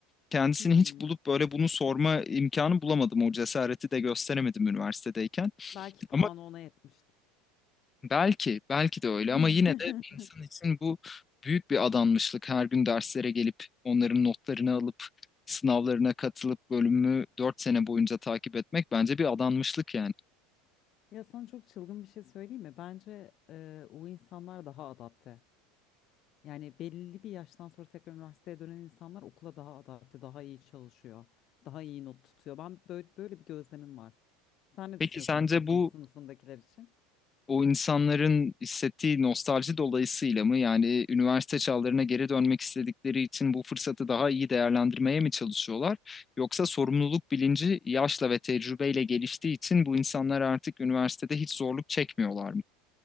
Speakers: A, on the left; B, on the left.
A: Kendisini
B: Hmm.
A: hiç bulup böyle bunu sorma imkanı bulamadım. O cesareti de gösteremedim üniversitedeyken.
B: Belki puanı
A: Ama
B: ona yetmişti.
A: Belki, belki de öyle
B: <laughs>
A: ama yine de bir insan için bu büyük bir adanmışlık. Her gün derslere gelip onların notlarını alıp sınavlarına katılıp bölümü 4 sene boyunca takip etmek bence bir adanmışlık yani.
B: Ya sana çok çılgın bir şey söyleyeyim mi? Bence e, o insanlar daha adapte. Yani belli bir yaştan sonra tekrar üniversiteye dönen insanlar okula daha adapte, daha iyi çalışıyor, daha iyi not tutuyor. Ben böyle, böyle bir gözlemim var. Sen ne
A: Peki
B: düşünüyorsun
A: sence
B: mesela senin
A: bu
B: sınıfındakiler için?
A: o insanların hissettiği nostalji dolayısıyla mı yani üniversite çağlarına geri dönmek istedikleri için bu fırsatı daha iyi değerlendirmeye mi çalışıyorlar? Yoksa sorumluluk bilinci yaşla ve tecrübeyle geliştiği için bu insanlar artık üniversitede hiç zorluk çekmiyorlar mı?